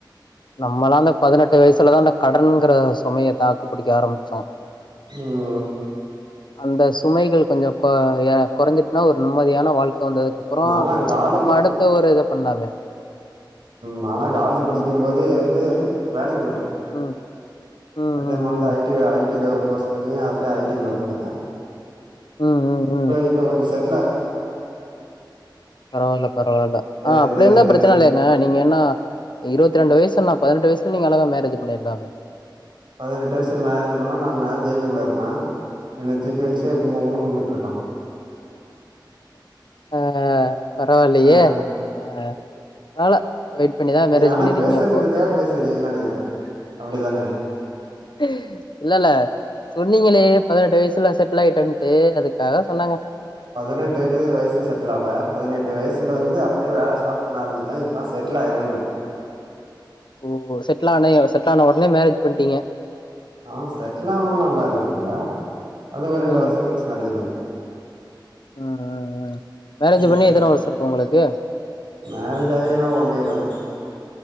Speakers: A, on the left; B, on the right.
A: நம்மலா அந்த பதினெட்டு வயசுலதா அந்த கடன்ங்கிற சுமைய தாக்கு பிடிக்க ஆரம்பிச்சோ
B: ம்
A: <inaudible> அந்த சுமைகள் கொஞ்ச கொ எனக் குறைஞ்சிட்டுனா ஒரு நிம்மதியான வாழ்க்க வந்துக் அப்புறோ
B: நான்லாம் காலேஜ்
A: நம்ம அடுத்த ஒரு இத பண்லாமே
B: நால்லா காலேஜ் படிக்கும் போதே வந்து வேலைக்கு போயிட்டே
A: ம் ம்
B: நா வந்து
A: ம்,
B: ஐ டி ஐ டி கோர்ஸ் பண்ணி அப்டியே ஐ டி குள்ள பூந்துட்டே
A: ம், ம்,
B: இப்ப
A: ம்.
B: இப்ப கொஞ்சோ செட்லா ருக்கே
A: பரவால்ல பரவால்ல ஆ
B: எந்த
A: அப்டி இருந்தா
B: எந்த
A: பிரச்சன இல்லயே நீங்க என்ன இருவத்தி ரெண்டு வயசுனா பதினெட்டு வயசுலே நீங்க அழகா மேரேஜ் பண்ணிர்லாமே
B: பதினெட்டு வயசு மேரேஜ் பண்ணா நா இந்நேரோ ஜெயிலுக்குள்ள இருப்பே என்ன தூக்கி வெச்சு கும்கும்ணு கும்மிட்டுருபா
A: ஆ பரவால்லையே
B: ஆ,
A: ஆ பரவால்ல வெயிட் பண்ணிதா
B: நீங்க
A: மேரேஜ்
B: ஆனா
A: பண்ணிடிங்க
B: பேசணுன்றதுக்காக
A: அப்போ
B: பேசுறீங்கன்னு நெனைக்கிறேன். அப்படிதானே?
A: உம் இல்லல்ல சொன்னீங்களே பதினெட்டு வயசுல செட்டில் ஆயிட்டன்ட்டு அதுக்காக சொன்னங்க
B: பதினெட்டு <unintelligible> வயசில செட்டில் ஆவல பதினெட்டு வயிசில வந்து அப்பயே வேலை ஸ்டார்ட் பண்ண ஆரம்பிச்சிட்ட இப்பதா செட்டில் ஆயிருக்கன்னே
A: ஓ செட்டில் ஆன செட்டில் ஆன வொட்னே மேரேஜ் பண்ட்டீங்க
B: ஆ செட்டில் ஆனவொன்னே மேரேஜ் பண்ணல அது ஒரு ரெண்டு
A: ம்
B: வர்ஷோ கழிச்சி மேரேஜ் பண்ண
A: அ அ அ மேரேஜ்
B: ம்.
A: பண்ணி எத்தன வர்ஷோ இருக்கு உங்களுக்கு
B: மேரேஜ் ஆயி என்னா ஒன் இயர் ருக்கு